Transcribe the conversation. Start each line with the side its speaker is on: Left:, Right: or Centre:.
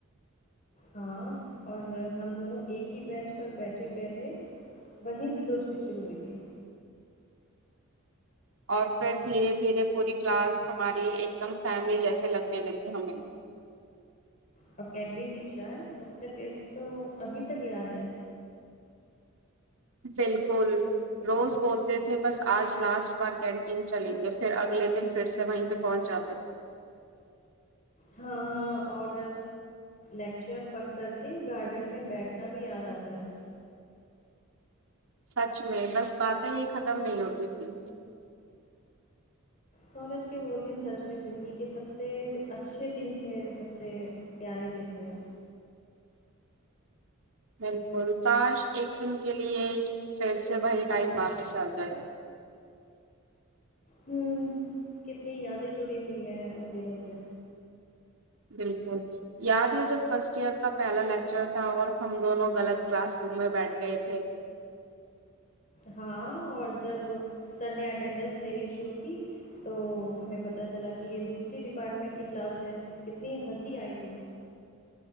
Left: ہاں اور ہم دونوں ایک ہی بینچ پر بیٹھے گئے تھے وہیں سے دوستی شروع ہوئی تی
Right: اور فر دھیرے دھیرے پوری کلاس ہماری ایک دم فیملی جیسے لگنے لگی ہمیں
Left: اور کینٹین کی چائے اس کا ٹیسٹ تو ابھی تک یاد ہے
Right: بلکل روز بولتے تھے بس آج لاسٹ بار کینٹین چلیں گے فر اگلے دن فر سے وہیں پہ پہنچ جاتے تھے
Left: ہاں ہاں اور لیکچر بنک کر کے گارڈن میں بیٹھ نا بھی یاد آتا ہے
Right: سچ میں بس باتیں ہی ختم نہیں ہوتی تھی
Left: کالج کے وہ دن سچ میں زندگی کے سب سے اچھے دن تھے سب سے پیارے دن تھے
Right: بلکل کاش ایک دن کے لیے فر سے وہی ٹائم واپس آ جائے
Left: ہوں کتنی یادیں جڑی ہوئی ہیں ان دنوں سے
Right: بلکل یاد ہے جب فرسٹ ایئر کا پہلا لیکچر تھا اور ہم دونوں غلط کلاس روم میں بیٹھ گئے تھے
Left: ہاں اور جب سر نے اٹینڈینس لینی شروع کی تو ہمیں پتہ چلا کہ یہ دوسری ڈپارٹمنٹ کی کلاس ہے کتنی ہنسی آئی تھی